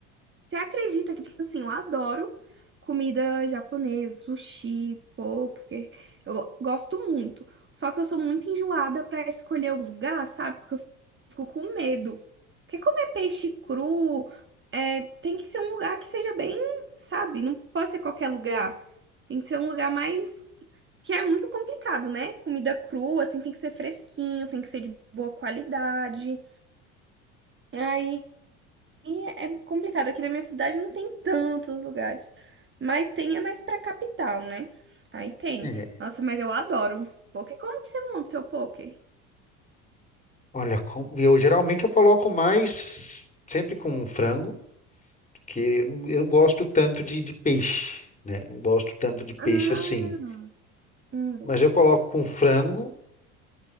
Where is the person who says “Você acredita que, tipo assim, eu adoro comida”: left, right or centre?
Right